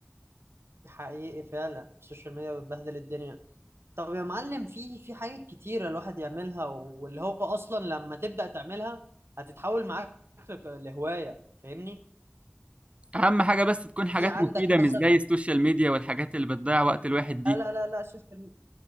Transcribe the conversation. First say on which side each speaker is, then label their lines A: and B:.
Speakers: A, on the right; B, on the right.
A: حقيقي فعلا السوشيال ميديا بتبهدل الدنيا طب يا معلم في في حاجات كتيرة الواحد يعملها واللي هو اصلا لما تبدأ تعملها هتتحول معاك لك- لهواية فاهمني
B: أهم حاجة بس تكون حاجات
A: في عندك
B: مفيدة
A: مثلا
B: مش زي السوشيال ميديا والحاجات اللي بتضيع وقت الواحد دي
A: لا لا لا لا سوشيال